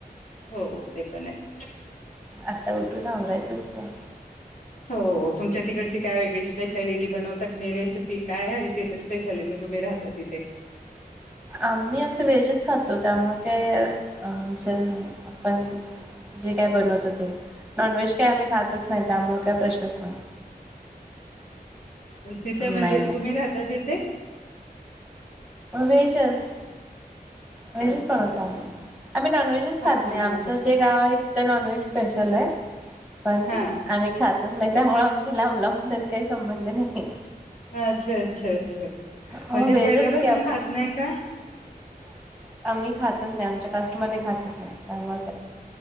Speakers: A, on the left (about 55°); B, in the centre.
A: हो ते पण य
B: आता उठून आवरायचंच का
A: हो तुमच्या तिकडची काय वेगळी स्पेशलिटी बनवतात की नाही रेसिपी काय आहे तिथे स्पेशालिटी तुम्ही राहता तिथे?
B: आम्ही असं व्हेजच खातो, त्यामुळे काही अ विषयच नाही. आपण जे काय बनवतो ते नॉनव्हेज काय आम्ही खातच नाही, त्यामुळे काय प्रश्नच नाही.
A: तिथं म्हणजे
B: नाही
A: तुम्ही राहता तिथे
B: वेजच वेजच
A: अच्छा
B: बनवतो
A: अच्छा अच्छा
B: आम्ही, आम्ही नॉनव्हेजच खात
A: हा
B: नाही,
A: हा
B: आमच
A: हा हा
B: जे गाव आहे तिथं नॉनव्हेज स्पेशलाय पण
A: हा
B: आम्ही खातच नाही. त्यामुळे आमचा लांब लांबपर्यंत काही संबंध नाही.
A: हा अच्छा अच्छा अच्छा
B: हो
A: म्हणजे
B: व्हेजच
A: पहिल्यापासून
B: की आपले
A: खात नाही का?
B: मी खातच नाही, आमच्या कास्टमध्ये खातच नाही त्यामुळे